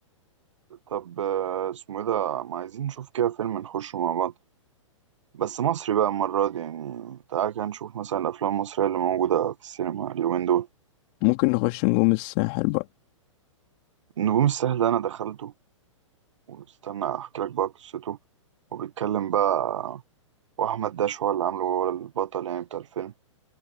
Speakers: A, on the right; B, on the left.
A: طب آه، اسمه ايه ده ما عايزين نشوف كده فيلم نخشه مع بعض بس مصري بقى المرة دي يعني تعالى كده نشوف مثلا الأفلام المصرية اللي موجودة في السينما اليومين دول
B: ممكن نخش نجوم الساحل بقى
A: النجوم السهلة أنا دخلته واستنى أحكي لك بقى قصته وبيتكلم بقى وأحمد داش هو اللي عامله هو البطل يعني بتاع الفيلم